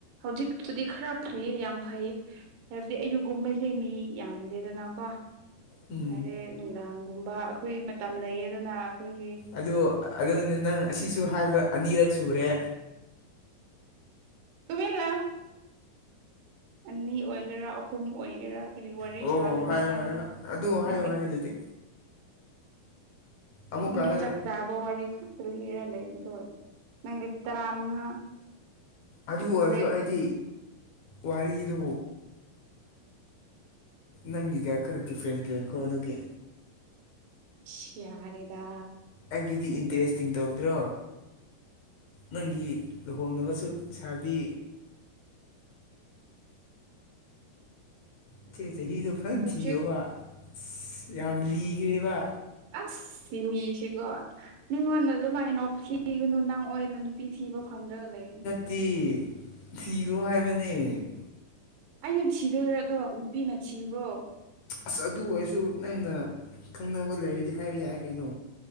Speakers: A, on the right; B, on the left.
A: ꯍꯧꯖꯤꯛꯇꯨꯗꯤ ꯈꯔ ꯐꯩꯌꯦ ꯌꯥꯝ ꯐꯩꯌꯦ ꯍꯥꯏꯕꯗꯤ ꯑꯩꯒꯤꯒꯨꯝꯕꯁꯦ ꯃꯤ ꯌꯥꯝꯗꯦꯗꯅꯀꯣ
B: ꯎꯝ
A: ꯍꯥꯏꯗꯤ ꯅꯨꯡꯗꯥꯡꯒꯨꯝꯕ ꯑꯩꯈꯣꯏ ꯃꯇꯝ ꯂꯩꯌꯦꯗꯅ ꯑꯩꯈꯣꯏꯒꯤ
B: ꯑꯗꯨꯣ ꯑꯗꯨꯅ ꯅꯪ ꯑꯁꯤꯁꯨ ꯍꯥꯏꯕ ꯑꯅꯤꯔꯛ ꯁꯨꯔꯦ
A: ꯇꯂ ꯑꯅꯤ ꯑꯣꯏꯒꯦꯔꯥ ꯑꯍꯨꯝ ꯑꯣꯏꯒꯦꯔꯥ ꯀꯔꯤ ꯋꯥꯔꯤ
B: ꯑꯣ
A: ꯁꯥꯗꯣꯏꯅꯣ
B: ꯍꯥꯏꯌꯣ
A: ꯅꯪꯒꯤ
B: ꯍꯥꯏꯌꯣ ꯑꯗꯨ ꯍꯥꯏꯌꯣ
A: ꯅꯪꯒꯤ
B: ꯍꯥꯏꯌꯣ ꯑꯗꯨꯗꯤ ꯑꯃꯨꯛꯀ
A: ꯒꯤ
B: ꯍꯥꯏꯔꯣ
A: ꯆ ꯆꯥꯕ ꯋꯥꯔꯤ ꯈꯛꯇ ꯂꯤꯔ ꯂꯩꯕꯗꯣ ꯅꯪꯗꯤ ꯇꯔꯥꯃꯉꯥ
B: ꯑꯗꯨ
A: ꯁꯨꯔꯦ
B: ꯑꯣꯏꯔꯁꯨ
A: ꯑꯗꯨ
B: ꯑꯩꯗꯤ ꯋꯥꯔꯤꯗꯨ ꯅꯪꯒꯤꯒ ꯈꯔ ꯗꯤꯐ꯭ꯔꯦꯟꯁ ꯂꯩꯀꯣ ꯑꯗꯨꯒꯤ
A: ꯁꯤ ꯌꯥꯔꯦꯗ
B: ꯑꯩꯒꯤꯗꯤ ꯏꯟꯇꯔꯦꯁꯇꯤꯡ ꯇꯧꯗ꯭ꯔꯣ ꯅꯪꯒꯤ ꯂꯨꯍꯣꯡꯅꯕꯁꯨ ꯁꯥꯕꯤ ꯏꯆꯦ ꯆꯍꯤꯗꯣ ꯐꯖꯅ
A: ꯍꯧꯖꯤꯛ
B: ꯊꯤꯌꯣꯕ ꯑ ꯌꯥꯝ ꯂꯤꯈ꯭ꯔꯦꯕ
A: ꯑꯁ ꯁꯤ ꯃꯤꯁꯤꯀꯣ ꯃꯤꯉꯣꯟꯗ ꯑꯗꯨꯃꯥꯏ ꯅꯣꯛ ꯊꯤꯒꯅꯨ ꯅꯪ ꯑꯣꯏꯅ ꯅꯨꯄꯤ ꯊꯤꯕ ꯐꯪꯗ꯭ꯔꯒ ꯂꯩꯅꯤ
B: ꯇꯤ ꯁꯤꯔꯣ ꯍꯥꯏꯕꯅꯦ
A: ꯑꯩꯅ ꯊꯤꯗꯣꯏꯔꯗꯣ ꯅꯨꯄꯤꯅ ꯊꯤꯕ꯭ꯔꯣ
B: ꯑꯁ ꯑꯗꯨ ꯑꯣꯏꯔꯁꯨ ꯅꯪꯅ ꯈꯪꯅꯕ ꯂꯩꯔꯗꯤ ꯍꯥꯏꯕ ꯌꯥꯏ ꯀꯩꯅꯣ